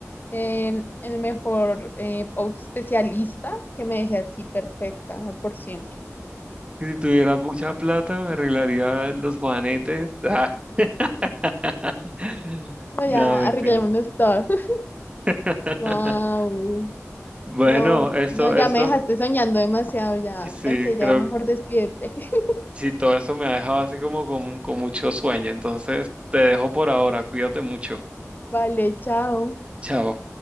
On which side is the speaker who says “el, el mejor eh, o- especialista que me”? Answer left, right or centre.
Left